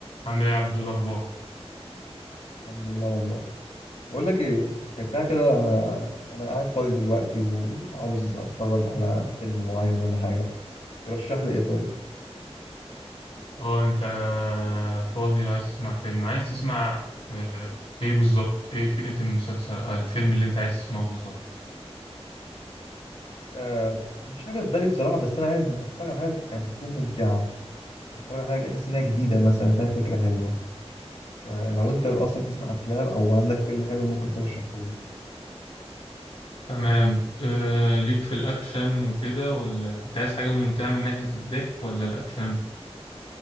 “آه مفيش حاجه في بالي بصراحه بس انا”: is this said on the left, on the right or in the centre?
Left